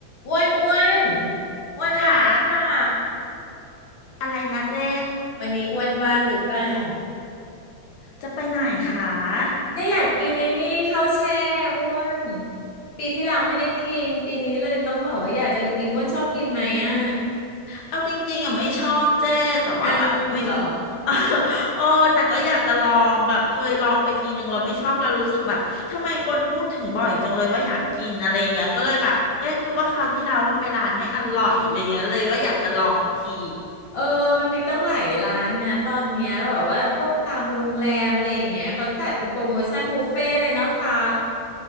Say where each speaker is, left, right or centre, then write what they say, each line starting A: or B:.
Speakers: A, on the left; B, on the left.
A: อ้วนอ้วนอ้วนว่างหรือเปล่า
B: ขาอะไรนะเจ๊
A: วันนี้อ้วนว่างหรือเปล่า
B: จะไปไหนคะ
A: ก็อยากกินในนี่ข้าวแช่อ้วนปีที่แล้วไม่ได้กินปีนี้เลยต้องบอกว่าอยากจะไปกินอ้วนชอบกินไหมอ่ะ
B: เอาจริงๆอ่ะไม่ชอบเจ๊แต่ว่าแบบไม่
A: อ้าวเหรอ
B: <laughs> โอ้ <laughs> แต่ก็อยากจะลอง แบบเคยลองไปทีนึงแล้วไม่ชอบแล้วรู้สึกแบบทำไมคนพูดถึงบ่อยจังเลยว่าอยากกินอะไรอย่างเงี้ยก็เลยแบบเอ๊ะหรือว่าคราวที่แล้วเราไปร้านไม่อร่อยอะไรเงี้ยเลยว่าอยากจะลองอีกที
A: เออมันมีตั้งหลายร้านนะตอนเนี้ยแบบว่าพวกตามโรงแรมอะไรอย่างเงี้ยเขาจัดเป็นโปรโมชั่นบุฟเฟ่ต์เลยเนาะคะ